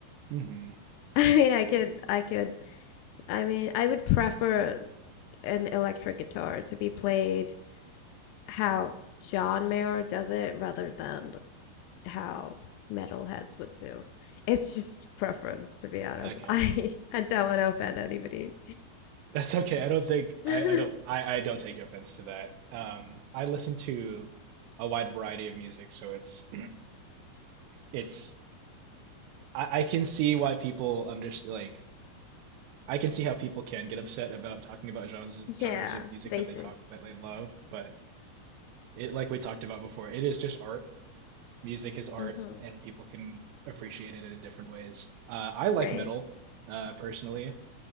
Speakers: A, on the right; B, on the left.
A: Mm-hmm.
B: <laughs> I mean, I could I could I mean, I would prefer an electric guitar to be played how John Mayer does it rather than how metalheads would do. It's just preference, to be honest.
A: Okay.
B: <laughs> I I don't want to offend anybody.
A: That's okay. I don't think
B: <laughs>
A: I, I don't I, I don't take offense to that. Um, I listen to a wide variety of music, so it's it's I, I can see why people under like I can see how people can get upset about talking about genres
B: Yeah,
A: genres of music
B: they
A: that
B: do.
A: they talk that they love, but it like we talked about before, it is just art. music is art
B: Mm-hmm.
A: and people can appreciate it in different ways. Uh, I like
B: Right.
A: metal uh, personally.